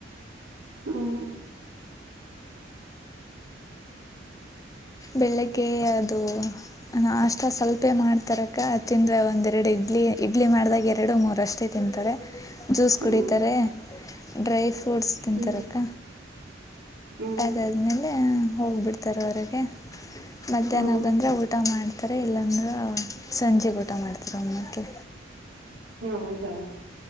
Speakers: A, on the right (about 65°); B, on the left (about 20°).
A: ಹ
B: ಬೆಳಿಗ್ಗೆ ಅದು ಅಷ್ಟ ಸ್ವಲ್ಪೆ ಮಾಡ್ತಾರಕ ಅ ತಿಂದ್ರ ಒಂದೆರಡು ಇದ್ದ ಇಡ್ಲಿ ಇಡ್ಲಿ ಮಾಡಿದಾಗ ಎರಡು ಮೂರುಷ್ಟೇ ತಿಂತಾರೆ ಜ್ಯೂಸ್
A: ಹ್ಮ್
B: ಕುಡಿತಾರೆ ಡ್ರೈ ಫ್ರೂಟ್ಸ್ ತಿಂತಾರಕ್ಕ
A: ಹ್ಮ್ ಹ್ಮ್
B: ಅದಾದ್ಮೇಲೆ ಹೋಗ್ಬಿಡ್ತಾರ ಹೊರ ಮಧ್ಯಾಹ್ನ
A: ಹ್ಮ್
B: ಬಂದ್ರೆ ಊಟ ಮಾಡ್ತಾರೆ ಇಲ್ಲಾಂದ್ರೆ ಸಂಜೆ ಕೊಡ್ತಾರೆ ಊಟ ಮಾಡ್ತಿರ ಅಮ್ಮಕ್ಕೆ
A: ಹೌದಾ